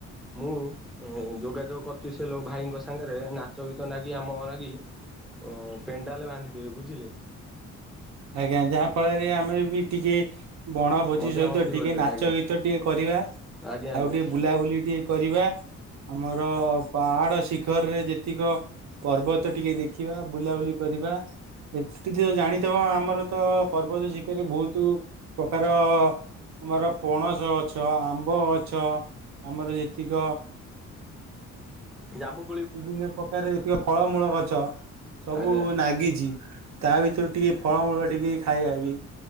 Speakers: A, in the centre; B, on the right.
A: ମୁଁ ଉଁ ଯୋଗାଯୋଗ କରୁଛି ସେ ଲୋ ଭାଇଙ୍କ ସାଙ୍ଗରେ ନାଚ ଗୀତ ନାଗି ଆମ ନାଗି ଉଁ ପେଣ୍ଡାଲ ବାନ୍ଧିଦେବେ ବୁଝିଲେ।
B: ଆଜ୍ଞା ଯାହା ଫଳରେ ଆମେ ବି ଟିକେ ବଣଭୋଜି
A: ମଜାମସ୍ତି
B: ସହିତ ଟିକେ
A: କରିପାରିବେ
B: ନାଚ
A: ଆଜ୍ଞା
B: ଗୀତ ଟିକେ କରିବା
A: ଆଜ୍ଞା
B: ଆଉ
A: ଆଜ୍ଞା
B: ଟିକେ ବୁଲାବୁଲି ଟିକେ କରିବା ଆମର ପାହାଡ ଶିଖରରେ ଯେତିକ ପର୍ବତ ଟିକେ ଦେଖିବା ବୁଲାବୁଲି କରିବା <unintelligible> ଜାଣି ତେଉଁ ଆମର ତ ପର୍ବତ ଶିକରରେ ବହୁତୁ ପ୍ରକାର ଆମର ପଣସଗଛ, ଆମ୍ବଗଛ ଆମର ଯେତିକ
A: ଜାମୁ
B: ବିଭିନ୍ନ ପ୍ରକାର ଏତିକ ଫଳମୂଳ ଗଛ ସବୁ
A: ଆଜ୍ଞା।
B: ନାଗିଚି। ତା ଭିତୁରୁ ଟିକେ ଫଳମୂଳ ଟିକେ ଖାଇବା ବି।